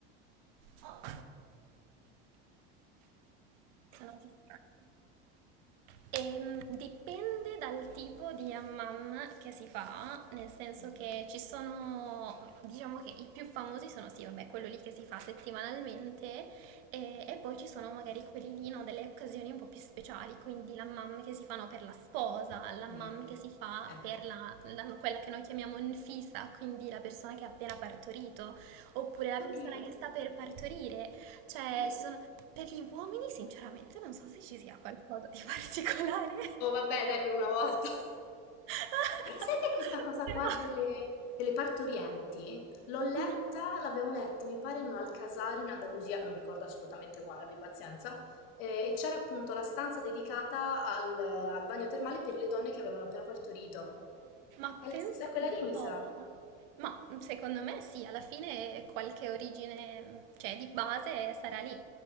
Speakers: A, on the right; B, on the left.
A: Ah, Sono fissato. Ehm, dipende dal tipo di hammam che si fa, nel senso
B: Mm,
A: che ci sono, diciamo che i più famosi sono sì, vabbè, quello lì che si fa settimanalmente e, e poi ci sono magari quelli lì, no, delle occasioni un po' più speciali, quindi l'hammam che si fanno per la sposa, l'hammam
B: mm.
A: che si fa
B: Eh,
A: per la, la- quella che noi chiamiamo nfisa, quindi la persona che ha appena partorito, oppure la
B: Oddio.
A: persona che sta per partorire. Cioè,
B: Mm.
A: ci sono... Per gli uomini, sinceramente, non so se ci sia qualcosa di particolare.
B: Oh vabbè, dai, per una volta. <laughs>
A: <laughs>
B: Però sai che questa cosa
A: Però...
B: qua delle, delle partorienti l'ho letta,
A: Mhm.
B: l'abbiamo letta, mi pare, in un Alcasar in Andalusia, non ricordo assolutamente quale, abbi pazienza, eh, e c'era appunto la stanza dedicata al, al bagno termale per le donne che avevano appena partorito.
A: Ma
B: È la
A: pensa
B: stessa, è quella
A: un
B: lì,
A: po'.
B: mi sa.
A: Ma secondo me sì, alla fine qualche origine, cioè di base sarà lì.